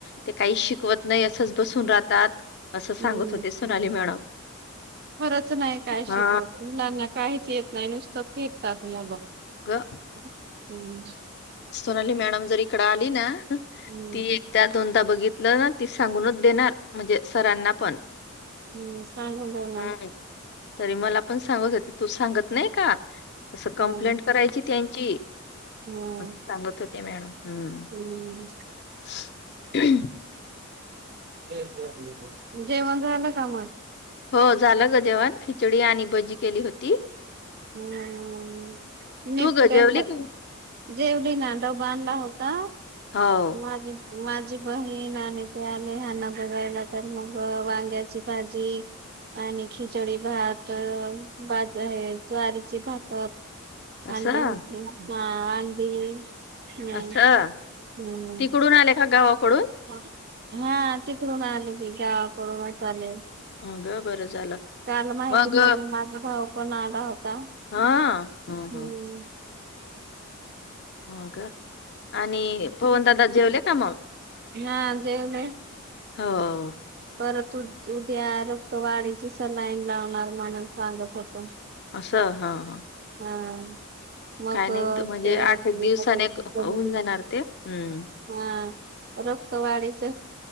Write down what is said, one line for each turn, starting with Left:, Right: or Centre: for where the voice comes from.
Left: ते काही शिकवत नाही, असंच बसून राहतात. असं
Right: हम्म
Left: सांगत होते सोनाली
Right: ह,
Left: मॅडम
Right: खरंच नाही काय शिकवत
Left: हा
Right: मुलाना काहीच येत नाही नुसतं टाकल्या ब
Left: गं
Right: अह हम्म,
Left: सोनाली मॅडम जर इकडं आली ना ती
Right: हम्म
Left: त्या दोनदा बघितलं ती, सांगूनच देणार म्हणजे सरांना पण
Right: हम्म, सांगून ठेवणार.
Left: हम्म तरी मला पण सांगत होते तू सांगत नाही का, असं कंप्लीट
Right: हम्म
Left: करायची त्यांची.
Right: हम्म
Left: म सांगत होते, मॅडम हम्म.
Right: हम्म,
Left: <unintelligible>
Right: <unintelligible> जेवण झालं का मग?
Left: हो, झालं गं जेवण खिचडी आणि भजी केली होती.
Right: अममम
Left: तू ग जेवली का
Right: <unintelligible> जेवली ना, डबा आणला होता
Left: हो
Right: माझे माझी बहीण आणि ते आले ह्यांना बघायला तर, मग वांग्याची भाजी आणि खिचडी भात, भजे आहे ज्वारीची भाकर
Left: असं
Right: अंडी होती, हा अंडी हम्म
Left: असं
Right: हम्म,
Left: तिकडून आले का गावाकडून
Right: <unintelligible> हा, तिकडून आले की गावा कडूनच आले.
Left: अ ग बरं झालं
Right: त्याला माहिती
Left: मग
Right: पडल, माझा भाऊ पण आला होता. ता
Left: हा ह
Right: हम्म,
Left: हो का, आणि पवनदादा जेवले का मग?
Right: हा, जेवले.
Left: हो हो.
Right: परत उद्या रक्त वाढीची सलाईन लावणार म्हणून सांगत होतो.
Left: असं, हा हा!
Right: हम्! मग
Left: काय नाही त- म्हणजे
Right: ते <unintelligible>
Left: आठ एक दिवसाने क- होऊन जाणार ते हम्म
Right: हा रक्त वाढीच